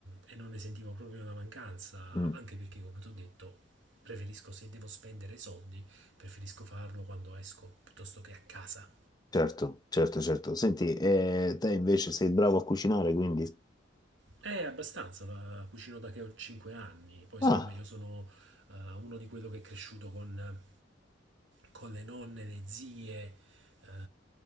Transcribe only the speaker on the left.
Mm.
Certo, certo, certo. Senti, eh, te invece sei bravo a cucinare, quindi...
Ah,